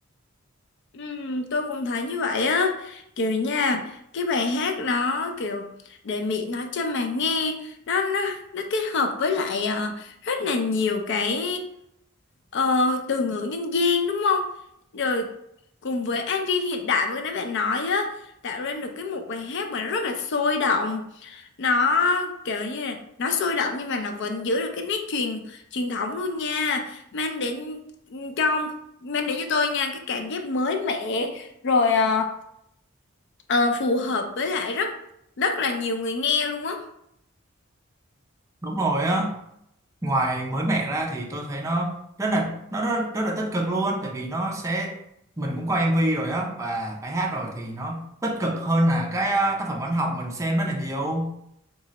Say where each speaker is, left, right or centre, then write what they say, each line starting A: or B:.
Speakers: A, on the left; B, on the right.
A: Ừm, tôi cũng thấy như vậy á kiểu nha cái bài hát nó kiểu để Mỹ nói cho mà nghe nó nó nó kết hợp với lại à, rất là nhiều cái Ờ, từ ngữ nhân gian đúng không? Rồi cùng với engine hiện đại mà cái nãy bạn nói á tạo nên được cái một bài hát mà rất là sôi động nó kiểu như là nó sôi động nhưng mà nó vẫn giữ được cái nét truyền truyền thống luôn nha mang đến ừ, cho mang đến cho tôi nha cái cảm giác mới mẻ rồi ờ, ờ, phù hợp với lại rất rất là nhiều người nghe luôn á
B: đúng rồi á ngoài mới mẻ ra thì tôi thấy nó rất là nó rất, rất là tích cực luôn tại vì nó sẽ mình cũng coi MV rồi á và bài hát rồi thì nó tích cực hơn là cái ờ, tác phẩm văn học mình xem rất là nhiều